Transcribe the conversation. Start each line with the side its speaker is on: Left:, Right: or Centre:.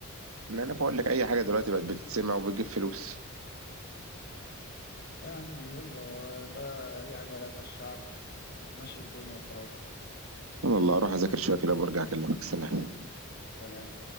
Right: ما انا بقول لك اي حاجه دلوقتي بقت بتتسمع وبتجيب فلوس
Left: يا عم يلا بقى اي حاجة على قفا الشعب ومشي الدنيا وخلاص
Right: انا الله اروح اذاكر شويه كده وبرجع اكلمك سلام
Left: سلام